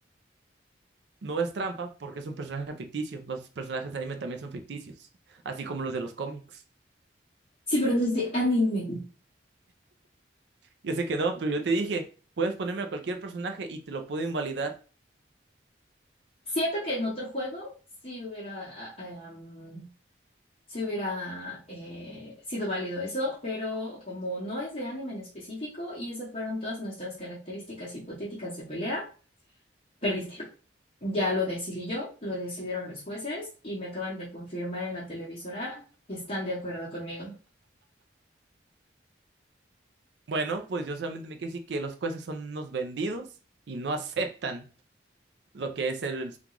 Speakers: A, on the right; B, on the left.
A: No es trampa porque es un personaje ficticio. Los personajes de anime también son ficticios, así como los de los cómics.
B: Sí, pero no es de anime.
A: Yo sé que no, pero yo te dije, puedes ponerme a cualquier personaje y te lo puedo invalidar.
B: Siento que en otro juego sí hubiera, ah, am, sí hubiera eh, sido válido eso, pero como no es de anime en específico y esas fueron todas nuestras características hipotéticas de pelea, perdiste. Ya lo decidí yo, lo decidieron los jueces y me acaban de confirmar en la televisora que están de acuerdo conmigo.
A: Bueno, pues yo solamente me quedé decir que los jueces son unos vendidos y no <laughs> aceptan lo que es el